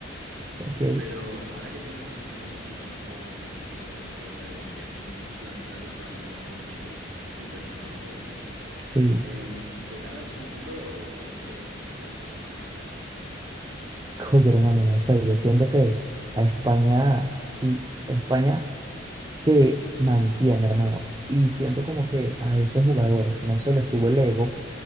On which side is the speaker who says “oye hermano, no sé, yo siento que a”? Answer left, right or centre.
Right